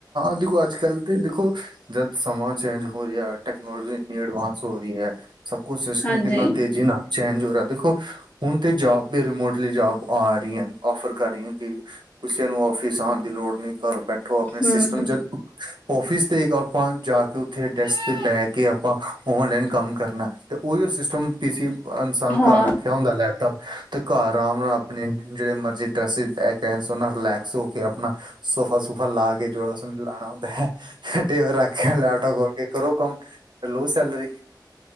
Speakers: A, on the right; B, on the left.
A: ਦੇਖੋ! ਅੱਜ ਕੱਲ ਤੇ ਦੇਖੋ ਜਦ ਸਮਾਂ ਚੇਂਜ ਹੋ ਰਿਹਾ। ਟੈਕਨੋਲੋਜੀ ਇੰਨੀ ਐਡਵਾਂਸ ਹੋ ਰਹੀ ਹੈ। ਸਭ ਕੁਛ ਸਿਸਟਮ
B: ਹਾਂਜੀ
A: ਕਿੰਨਾ ਤੇਜ਼ੀ ਨਾਲ ਚੇਂਜ ਹੋ ਰਿਹਾ। ਦੇਖੋ! ਹੁਣ ਤੇ ਜੋਬ ਵੀ ਰਿਮੋਟਲੀ ਜੋਬ ਆ ਰਹੀ ਹੈ। ਔਫਰ ਕਰ ਰਹੀ ਕਿ ਕਿਸੇ ਨੂੰ ਆਫਿਸ ਆਉਣ ਦੀ ਲੋੜ ਨਹੀਂ, ਘਰ ਬੈਠੋ ਆਪਣੇ
B: ਹੂੰ
A: ਸਿਸਟਮ ਜਦ। ਔਫਿਸ ਤੇ ਆਪਾਂ ਜਾ ਕੇ ਉੱਥੇ ਡੈਸਕ ਤੇ ਬਹਿ ਕੇ ਆਪਾਂ ਔਨਲਾਈਨ ਕੰਮ ਕਰਨਾ। ਅਤੇ ਉਹੀ ਸਿਸਟਮ। ਪੀ ਸੀ ਇਨਸਾਨ ਨੇ
B: ਹਾਂ,
A: ਘਰ ਰੱਖੇ ਹੁੰਦਾ ਲੈਪਟਾਪ ਅਤੇ ਘਰ ਆਰਾਮ ਨਾਲ ਆਪਣੀ ਜਿਹੜੇ ਮਰਜ਼ੀ। ਰਿਲੈਕਸ ਹੋ ਕੇ ਆਪਣਾ ਸੋਫਾ- ਸੂਫਾ ਲਾ ਕੇ ਜਿਹੜਾ ਲਾਉਣਾ ਹੁੰਦਾ ਹੈ। ਟੇਬਲ ਰੱਖਿਆ। ਲੈਪਟਪ ਖੋਲ ਕੇ ਕਰੋ ਕਮ। ਤੇ ਲਉ ਸੈਲਰੀ।